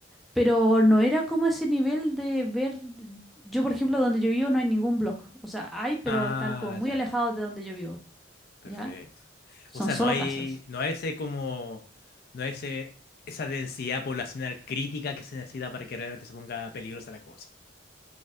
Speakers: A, in the centre; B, on the left.
A: pero no era como ese nivel de ver, yo por ejemplo, donde yo vivo no hay ningún blog. O sea, hay, pero
B: Ah,
A: están como muy
B: ya,
A: alejados de donde yo vivo,
B: perfecto.
A: ¿ya? Son
B: O sea,
A: solo
B: no hay,
A: casas.
B: no hay ese como, no hay ese, esa densidad poblacional crítica que se necesita para que realmente se ponga peligrosa la cosa.